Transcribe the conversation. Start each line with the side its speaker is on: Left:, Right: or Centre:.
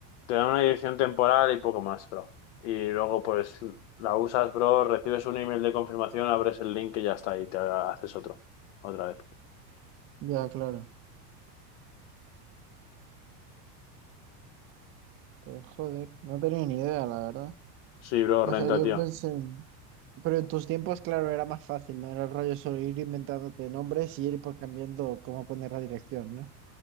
Left: Te da una dirección temporal y poco más, bro. Y luego pues la usas, bro, recibes un email de confirmación, abres el link y ya está, y te haces otro. Otra vez.
Right: Ya, claro. Pues joder, no tenía ni idea, la verdad.
Left: Sí, bro,
Right: O
Left: renta,
Right: sea, yo
Left: tío.
Right: pensé... en- Pero en tus tiempos, claro, era más fácil, ¿no? Era el rollo solo ir inventándote nombres y ir pues cambiando cómo poner la dirección, ¿no?